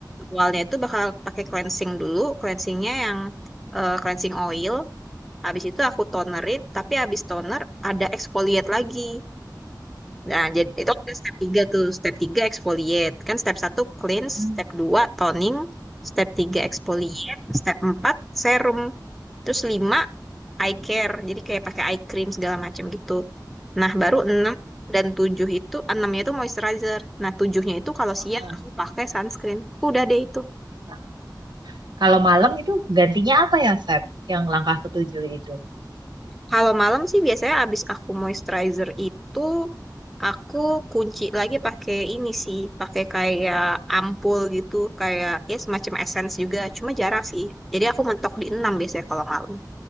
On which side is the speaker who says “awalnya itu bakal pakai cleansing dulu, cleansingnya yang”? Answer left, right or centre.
Centre